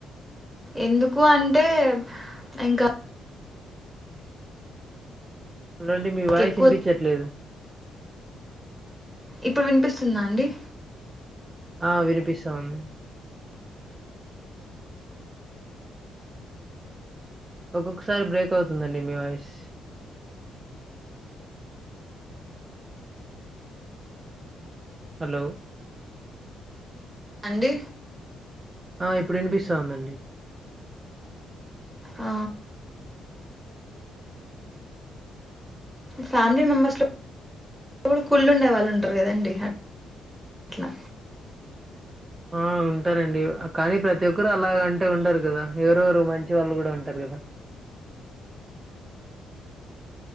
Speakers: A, in the centre; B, on the right (about 25°).
A: ఎందుకు అంటే ఇంకా
B: హలో అండి మీ వాయిస్
A: ఎక్కువ
B: వినిపించట్లేదు
A: ఇప్పుడు వినిపిస్తుందా అండి
B: ఆ వినిపిస్తుంది ఒక్కొక్కసారి బ్రేక్ అవుతుందండి మీ వాయిస్ హలో
A: అండి
B: ఆ ఇప్పుడు వినిపిస్తా ఉందండి
A: ఆ ఫ్యామిలీ మెంబర్స్ లో కూడ కుళ్ళుండేవాళ్ళు ఉంటరు కదండి అ అట్లా
B: ఆ ఉంటారండి కానీ ప్రతి ఒక్కరు అలాగా అంటే ఉండరు కదా ఎవరో ఓరు మంచి వాళ్ళు కూడా ఉంటారు ద